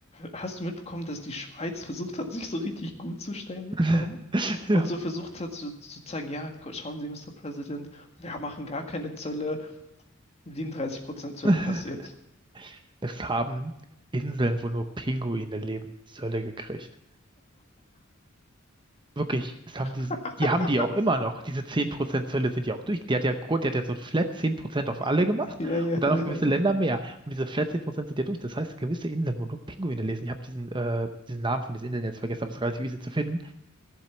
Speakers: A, on the left; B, on the right.
A: Hast du mitbekommen, dass die Schweiz versucht hat, sich so richtig gut zu stellen mit
B: <laughs>
A: Trump
B: Ja.
A: und so versucht hat zu, zu zeigen, ja, gu- schauen Sie, Mister President, wir machen gar keine Zölle, 37% Zölle
B: <laughs>
A: kassiert.
B: Es haben Inseln, wo nur Pinguine leben, Zölle gekriegt. Wirklich, es haben
A: <laughs>
B: diese, die haben die auch immer noch. Diese 10% Zölle sind ja auch durch. Die hat ja, Gro- die hat ja so ein Flat 10% auf alle gemacht
A: Ja, ja,
B: und dann
A: ja.
B: auf gewisse Länder mehr. Und diese Flat 10% sind ja durch. Das heißt, gewisse Inseln, wo nur Pinguine lesen, ich habe diesen, äh, diesen Namen von diesen Inseln jetzt vergessen, aber es ist relativ easy zu finden,